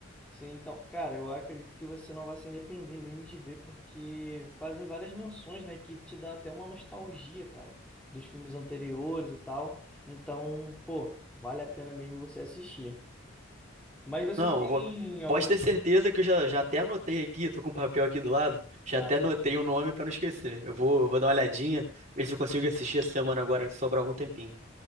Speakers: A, in the centre; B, on the right.
A: sim, então, cara, eu acredito que você não vai se arrepender mesmo de ver, porque fazem várias menções, né, que te dá até uma nostalgia, cara, dos filmes anteriores e tal. Então, pô, vale a pena mesmo você assistir. Mas você
B: Não,
A: tem
B: eu vou...
A: algum...
B: pode ter certeza que eu já, já até anotei aqui, tô com o papel aqui do lado, já
A: Ah,
B: até anotei
A: perfeito.
B: o nome pra não esquecer. Eu vou, eu vou dar uma olhadinha, ver se eu consigo assistir essa semana agora, se sobrar algum tempinho.